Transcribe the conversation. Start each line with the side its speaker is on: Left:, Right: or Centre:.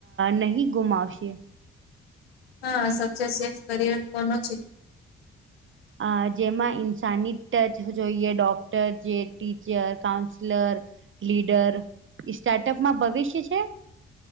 Right: નહીં ગુમાવશે.
Left: હા સ સેફ કરિયર કોનો છે.
Right: અ જેમાં ઇન્સાનની ટચ જોઈએ ડોક્ટર જે ટીચર કાઉન્સલર લીડર સ્ટાર્ટઅપમાં ભવિષ્ય છે.